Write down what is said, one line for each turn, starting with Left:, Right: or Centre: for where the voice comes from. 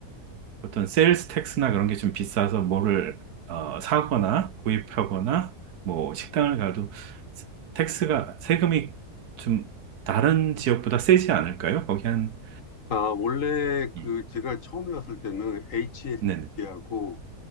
Right: 어떤 세일스 텍스나 그런 게 좀 비싸서 뭐를 어, 사거나 구입하거나 뭐 식당을 가도 세- 텍스가 세금이 좀 다른 지역보다 세지 않을까요? 거기 한
Left: 아, 원래 그
Right: 예.
Left: 제가 처음에 왔을 때는 HST하고
Right: 네네